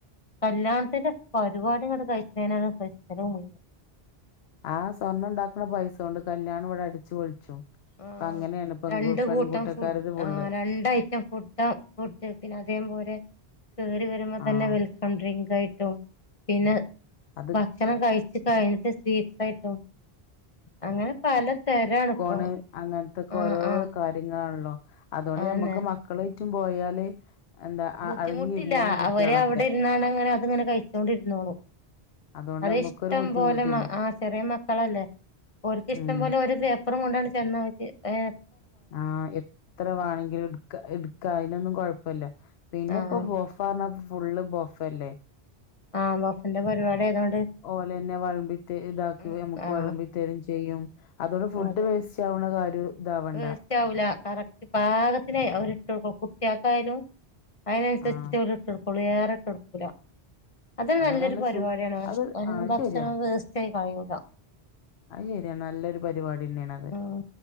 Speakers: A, on the left (about 35°); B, on the left (about 75°).
A: കല്യാണത്തിന്റെ പരിപാടികൾ കഴിക്നേനാണ് പൈസ ചെലവ് മുഴുവനും.
B: ആഹ് സ്വർണ്ണം ഉണ്ടാക്കണ പൈസ കൊണ്ട് കല്യാണം ഇവിടെ അടിച്ച് പൊളിച്ചും
A: ആഹ്
B: ഇപ്പം അങ്ങനെയാണ് പെൺകു
A: രണ്ട്
B: പെൺകൂട്ടക്കാരത്
A: കൂട്ടം ഫുഡ്
B: ഫുള്ള്
A: ആ രണ്ട് ഐറ്റം ഫുഡ്‌ ഫുഡ് പിന്നെ അതേ പോലെ കേറി വരുമ്പോ തന്നെ
B: ആഹ്
A: വെൽക്കം ഡ്രിങ്ക് ആയിട്ടും പിന്നെ
B: അത്
A: ഭക്ഷണം കഴിച്ച കഴിഞ്ഞിട്ട് സ്വീറ്റ്സ് ആയിട്ടോ അങ്ങനെ പല തരാണ് ഇപ്പോ
B: <unintelligible> അങ്ങനത്തക്കെ
A: ആഹ്
B: ഓരോ
A: ആഹ്
B: കാര്യങ്ങളാണല്ലോ അതുകൊണ്ട്
A: അതന്നെ
B: ഞമ്മക്ക് മക്കള് <unintelligible> പോയാല് എന്താ
A: ബുദ്ധിമുട്ടില്ല
B: അടങ്ങിയിരുന്നോളും കുട്ടികളൊക്കെ
A: അവര് അവിടെ ഇരുന്നാണ് അങ്ങനെ അത്ങ്ങനെ കഴിച്ചോണ്ടിരുന്നോളും.
B: <unintelligible>
A: അത്
B: നമ്മുക്കൊരു
A: ഇഷ്ടം
B: ബുദ്ധിമുട്ടില്ല
A: പോലെ ആ ചെറിയ മക്കളല്ലേ ഒർക്കിഷ്ട്ടം
B: ഉം
A: പോലെ ഒരു പ അപ്പറം കൊണ്ടാണ് ചെന്നവർക്ക് ഏ
B: ആഹ എത്ര വേണമെങ്കിലും എടുക്ക എടുക്ക അതിനൊന്നും കൊഴപ്പില്ല. പിന്നെ
A: ആഹ്
B: ഇപ്പൊ ബൊഫന്ന് ഫുള്ള് ബൊഫല്ലേ.
A: ആ ബഫന്റെ പരിപാടി ആയതോണ്ട്
B: ഓലെ തന്നെ വളമ്പി ഇതാക്കി
A: ഉം
B: നമുക്ക്
A: ആഹ്
B: വളമ്പിത്തരും ചെയ്യും. അതുകൊണ്ട് ഫുഡ്
A: അതെ
B: വേസ്റ്റ് ആവുന്ന കാര്യം ഇതാവണ്ട
A: വേസ്റ്റ് ആവൂല കറക്റ്റ് പാകത്തിന് അവരിട്ടുകൊടുക്കു കുട്ടിയക്കായാലും. അതിനനുസരിചിട്ട്
B: ആഹ്
A: ഓല് ഇട്ട് കൊടുക്കുള്ളൂ ഏറെ ഇട്ട് കൊടുക്കൂല. അത്
B: അതോണ്ട്
A: നല്ലൊരു
B: നല്ല
A: പരിപാടിയാണ്.
B: സു അത്
A: <unintelligible>
B: ആഹ്
A: ഭക്ഷണം
B: ശരിയാ
A: വേസ്റ്റായി കളയൂല.
B: അത് ശെരിയ നല്ലൊരു പരിപാടി തന്നെയാണ്ത്
A: ഉം